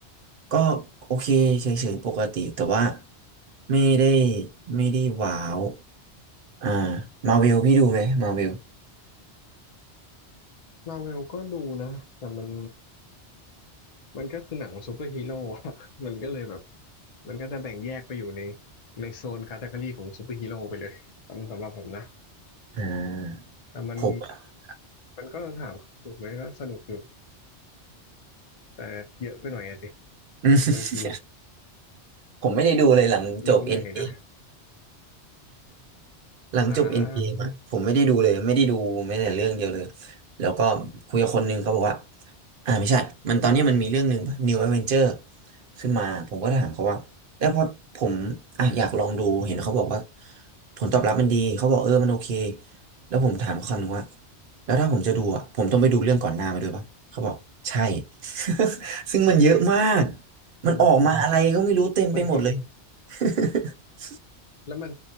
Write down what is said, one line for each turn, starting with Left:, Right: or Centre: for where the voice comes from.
Right: ก็โอเคเฉยๆปกติแต่ว่าไม่ได้ไม่ได้ว้าว อ่ามาวิลพี่ดูไหมมาวิล
Left: มาเวลก็ดูนะแต่มันมันก็คือหนังซูเปอร์ฮีโร่อะ <laughs> มันก็เลยแบบ มันก็จะแบ่งแยกไปอยู่ในในโซนคาตากรีของซูเปอร์ฮีโร่ไปเลยสำสำหรับผมนะ
Right: อ่าผมอะ
Left: แต่มันมันก็ถามว่าสนุกไหมก็สนุกอยู่ แต่เยอะไปหน่อยอะดิ
Right: <laughs>
Left: บางที
Right: ผมไม่ได้ดูเลยหลังจบเอ็นเอ
Left: ดูเหนื่อยนะ
Right: หลังจบเอ็นเกมอ่ะผมไม่ได้ดูเลยไม่ได้ดูแม้แต่เรื่องเดียวเลย
Left: อ่า
Right: แล้วก็คุยกับคนหนึงเขาบอกว่าอ่าไม่ใช่มันตอนเนี้ยมันมีเรื่องหนึ่งป่ะ New Avenger ขึ้นมาผมก็ถามเขาว่าแล้วพอผมอ่ะอยากลองดูเห็นเขาบอกว่าผลตอบรับมันดีเขาบอกเออมันโอเคแล้วผมถามเขาคำหนึ่งว่าแล้วถ้าผมจะดูอ่ะผมต้องไปดูเรื่องก่อนหน้ามาด้วยปะเขาบอกใช่ <laughs> ซึ่งมันเยอะมากมันออกมาอะไรก็ไม่รู้เต็มไปหมดเลย
Left: มันบางที
Right: <laughs>
Left: แล้วมัน